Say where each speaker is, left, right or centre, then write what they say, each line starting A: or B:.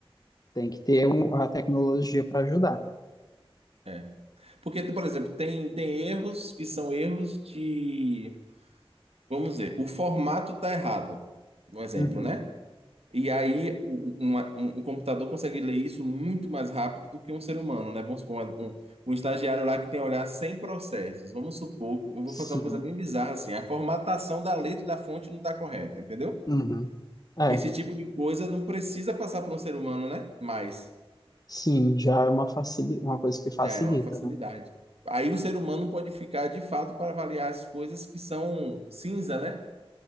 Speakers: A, on the left; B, on the right.
A: Tem que ter um- a tecnologia para ajudar.
B: É. Porque, por exemplo, tem, tem erros que são erros de, vamos dizer, o formato está errado, um exemplo,
A: Uhum.
B: né? E aí o, uma- um- o computador consegue ler isso muito mais rápido do que um ser humano, né? Vamos supor, um, um estagiário lá que tem a olhar 100 processos. Vamos supor, eu vou
A: Sim.
B: fazer uma coisa bem bizarra assim, a formatação da letra e da fonte não está correta, entendeu?
A: Uhum. É,
B: Esse tipo de coisa não precisa passar para um ser humano, né? Mas
A: sim, já é uma, facili uma coisa que facilita,
B: já é uma facilidade.
A: né?
B: Aí o ser humano pode ficar de fato para avaliar as coisas que são cinza, né?